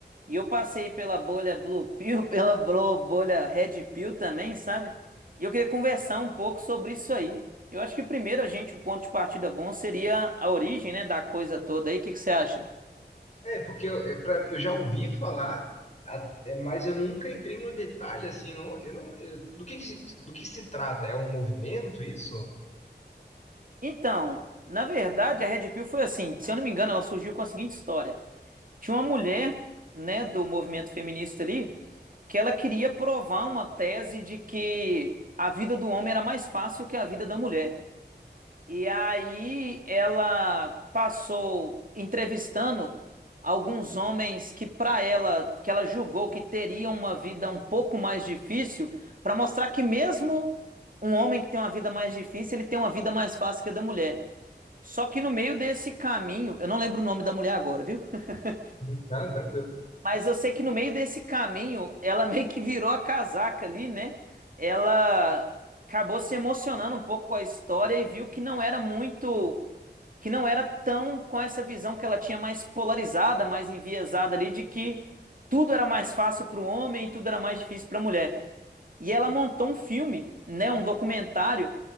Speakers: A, on the right; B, on the left.
A: E eu passei pela bolha Blue Pill, <laughs> pela blo- bolha Red Pill também, sabe? E eu queria conversar um pouco sobre isso aí. Eu acho que primeiro a gente, o ponto de partida bom seria a origem, né, da coisa toda aí. O que que você acha?
B: É, porque eu, é, pra- eu já ouvi falar, a- é, mas eu nunca entrei no detalhe, assim, eu não, eu não- eu- do que, que se- do que se trata? É um movimento isso?
A: Então, na verdade, a Red Pill foi assim, se eu não me engano, ela surgiu com a seguinte história. Tinha uma mulher, né, do movimento feminista ali, que ela queria provar uma tese de que a vida do homem era mais fácil que a vida da mulher. E aí ela passou entrevistando alguns homens que para ela, que ela julgou que teriam uma vida um pouco mais difícil, para mostrar que mesmo um homem que tem uma vida mais difícil, ele tem uma vida mais fácil que a da mulher. Só que no meio desse caminho, eu não lembro o nome da mulher agora, viu? <laughs>
B: Uhum. Não, tranquilo.
A: Mas eu sei que no meio desse caminho, ela meio que virou a casaca ali, né? Ela acabou se emocionando um pouco com a história e viu que não era muito que não era tão com essa visão que ela tinha mais polarizada, mais enviesada ali de que tudo era mais fácil para o homem, tudo era mais difícil para a mulher. E ela montou um filme, né, um documentário